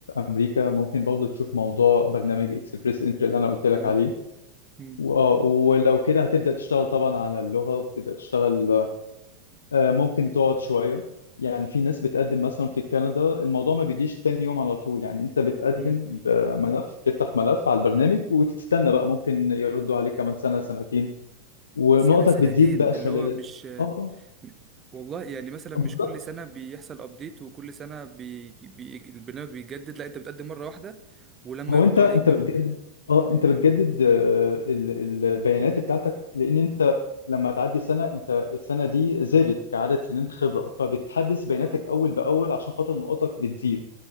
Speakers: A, on the left; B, on the right.
A: امريكا ممكن برضو تشوف موضوع برنامج اكسبريس انتري اللي انا قلت لك
B: كندا
A: عليه
B: مم.
A: و- آه، ولو كده هتبدأ تشتغل طبعا على اللغة وتبدأ تشتغل آه، ممكن تقعد شوية يعني في ناس بتقدم
B: مم.
A: مثلا في كندا الموضوع ما بيجيش تاني يوم على طول يعني انت بتقدم
B: مم.
A: بملف تفتح ملف على البرنامج وتستنى بقى ممكن يردوا عليك كمان سنة سنتين ونقطك
B: سنه سنتين
A: بتزيد بقى خلال
B: اللي هو
A: ال-
B: مش
A: اه اه
B: م- والله يعني مثلا مش
A: آه، بالظبط
B: كل سنه بيحصل ابديت وكل سنه بي... بي... البرنامج بيتجدد لا انت بتقدم مره واحده ولما
A: هو
B: يردوا
A: انت انت
B: عليك بقى
A: بتجدد اه انت بتجدد آه، ال- البيانات بتاعتك لان انت لما تعدي سنة انت السنة دي زادت كعدد سنين خبرة فبتحدث بياناتك
B: اه
A: اول باول عشان خاطر نقطك بتزيد